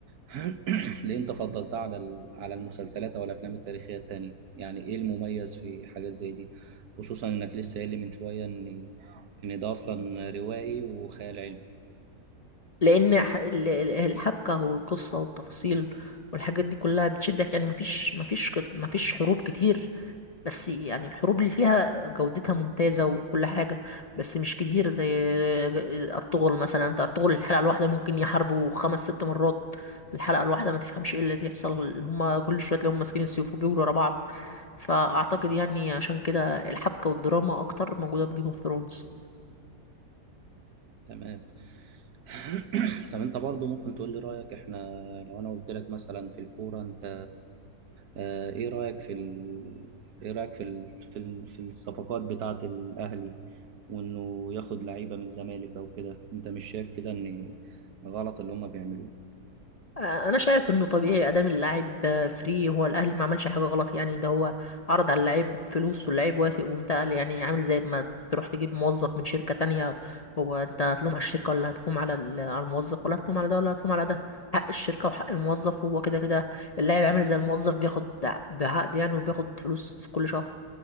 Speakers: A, on the right (about 70°); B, on the left (about 70°).
A: <coughs> <clears throat> ليه انت فضلتها على ال- على المسلسلات او الافلام التاريخيه التانية يعني ايه المميز في حاجات زي دي خصوصا انك لسه قايل لي من شويه ان ان ده اصلا روائي وخيال علمي
B: لأن ح- ال- ال- الحبكة والقصة والتفاصيل والحاجات دي كلها بتشدك يعني مفيش مفيش كت- مفيش حروب كتير بس يعني الحروب اللي فيها جودتها ممتازة وكل حاجة بس مش كتير زي ج- أرطغرل مثلا أنت أرطغرل الحلقة الواحدة ممكن يحاربوا خمس ست مرات في الحلقة الواحدة ما تفهمش إيه اللي بيحصل هما كل شوية تلاقيهم ماسكين السيوف وبيجروا ورا بعض فأعتقد يعني عشان كده الحبكة والدراما أكتر موجودة في جيم اوف ثرونز
A: تمام <coughs> <clears throat> طب انت برضو ممكن تقول لي رايك احنا لو انا قلت لك مثلا في الكوره انت اه، ايه رايك في ال... ايه رايك في ال... في ال... في الصفقات بتاعه الاهلي وانه ياخد لعيبه من الزمالك او كده انت مش شايف كده ان غلط اللي هم بيعملوه
B: آه، انا شايف انه طبيعي ادام اللاعب فري هو الاهلي ما عملش حاجه غلط يعني ده هو عرض على اللاعب فلوس واللاعب وافق وانتقل يعني عامل زي ما تروح تجيب موظف من شركه تانية هو انت هتلوم على الشركه ولا هتلوم على ال- على الموظف ولا هتلوم على ده ولا هتلوم على ده حق الشركه وحق الموظف وهو كده كده اللاعب عامل زي الموظف بياخد بعقد يعني وبياخد فلوس كل شهر